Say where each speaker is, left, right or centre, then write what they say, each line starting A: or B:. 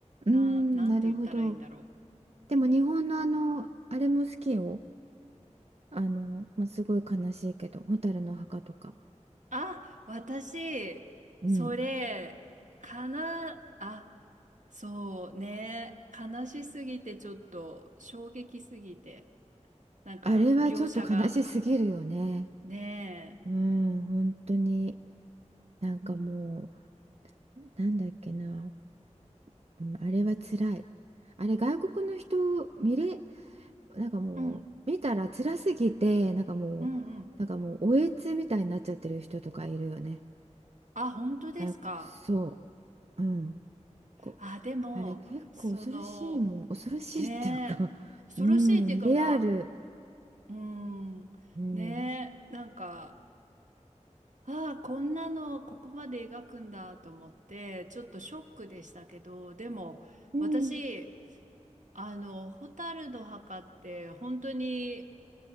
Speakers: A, on the right (about 55°); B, on the right (about 85°).
A: うんう
B: な、なんて言ったらいいんだろう。
A: んなるほどでも日本のあのあれも好きよあの、まあ、すごい悲しいけど「蛍の墓」とか
B: あ、私、
A: うん
B: それ、かな、あ、そうね、悲しすぎてちょっと衝撃すぎて、なんか描写が、
A: あれはちょっと悲しすぎるよね
B: ね
A: うん本当になんかもう
B: え、うん、
A: なんだっけな、うん、あれは辛い。あれ外国の人見れ、なんかもう見たら辛すぎて、
B: うん、
A: なんかもう、
B: うん、うん。
A: なんかもうおえつみたいになっちゃってる人とかいるよね。
B: あ、本当ですか。
A: 外そう。うん。こ、
B: あ、でも、
A: あれ結構恐ろしいもん。
B: その、
A: 恐ろしいっていうか
B: ねえ、
A: <laughs>
B: 恐ろしいっていうか、
A: うん、リアル。
B: まあ、うん、
A: うん。
B: ねえ、なんか、ああ、こんなのここまで描くんだと思って、ちょっとショックでしたけど、でも私、
A: うん。
B: あの、蛍の墓って本当に